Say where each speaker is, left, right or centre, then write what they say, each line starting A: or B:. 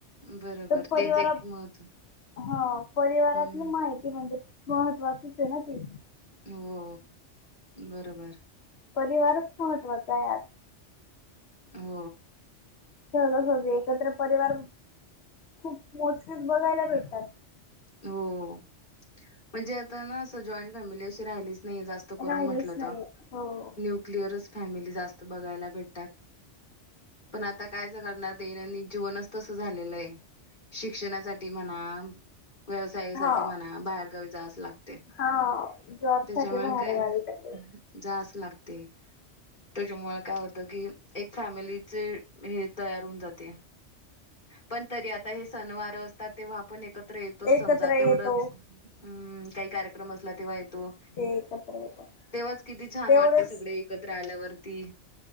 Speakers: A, on the left; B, on the left.
A: बरोबर
B: तर परिवारा
A: तेच एक महत्व
B: हा परिवारातली
A: हम्म
B: माहिती म्हणजे महत्वाचीच आहे ना ती.
A: हो बरोबर.
B: परिवारच महत्त्वाचा आज!
A: हो.
B: सहजासहजी एकत्र परिवार खूप मोजकेच बघायला भेटतात.
A: हो म्हणजे आता ना अस जॉईंट फॅमिली अशी राहिलीच नाही जास्त करून
B: राहिलीच
A: म्हटलं
B: नाही
A: तर
B: हो
A: न्यूक्लिअरच फॅमिली जास्त बघायला भेटतात. पण आता कायच जणांना दैनंदिन जीवनच तसं झालेलं आहे. शिक्षणासाठी म्हणा, व्यवसायासाठी
B: हा
A: म्हणा, बाहेरगावी जावचं लागतय.
B: हा जॉब
A: त्याच्यामुळे
B: साठी बाहेर
A: काय,
B: गावी गेले
A: जाच लाग ते, त्याच्यामुळे काय होतं की एक फॅमिलीची, हे तयार होऊन जाते. पण तरी आता हे सण वार असतात तेव्हा आपण एकत्र येतोय समजा
B: एकत्र
A: तेवढंच,
B: येतो
A: म काही कार्यक्रम असला तेव्हा येतो
B: ते एकत्र येतात
A: तेव्हाच किती छान
B: तेवढंच
A: वाटते सगळे एकत्र आल्यावर ती.